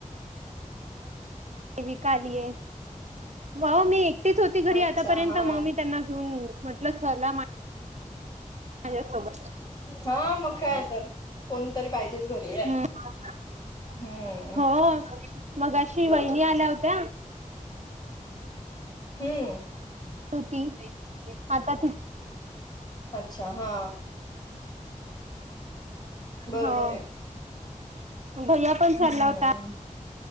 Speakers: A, on the right; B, on the left.
A: ते विकलीय म मी एकटीच होती घरी
B: अच्छा
A: आतापर्यंत
B: हा
A: मंग मी त्यांना घेऊन म्हटलं चला माझ्यासोबत.
B: हा मग काय तर कोणतर पाहिजेच घरी
A: हम्म
B: हम्म
A: हो मगाशी
B: बरोबर
A: वहिनी आल्या
B: ये.
A: होत्या
B: हूं
A: तो ती आता
B: अच्छा हा बरोबर
A: होा.
B: आहे
A: भैया पण चालला
B: हम्म
A: होता.